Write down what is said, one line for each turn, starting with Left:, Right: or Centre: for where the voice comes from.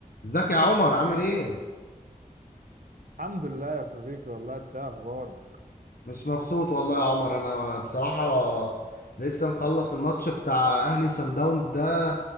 Left: ازيك يا عمر عامل ايه؟
Right: الحمد لله يا صديقي والله انت ايه اخبارك
Left: مش مبسوط والله يا عمر انا بصراحة لسه مخلص الماتش بتاع اهلي وسان داونز ده